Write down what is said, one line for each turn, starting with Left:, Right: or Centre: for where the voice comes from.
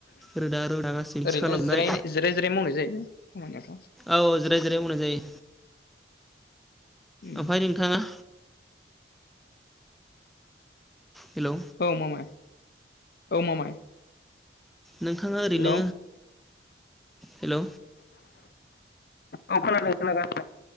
Centre: रोदा रोदा गासै मिक्स
Left: ओरैनो
Centre: खालामनाय
Left: जिराय जिराय जिराय मावनाय जायोना खामानिया
Centre: औ जिराय जिराय मावनाय जायो
Left: उम
Centre: ओमफ्राय नोंथाङा हेलौ
Left: औ मामाय औ मामाय
Centre: नोंथाङा ओरैनो
Left: हेलौ
Centre: हेल'
Left: औ खोनादों खोनागा